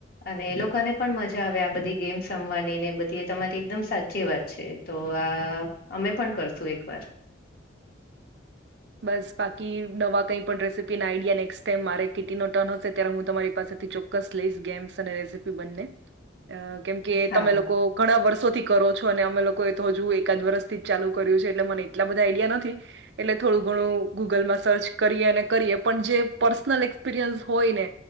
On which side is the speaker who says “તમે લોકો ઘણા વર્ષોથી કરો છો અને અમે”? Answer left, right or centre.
Right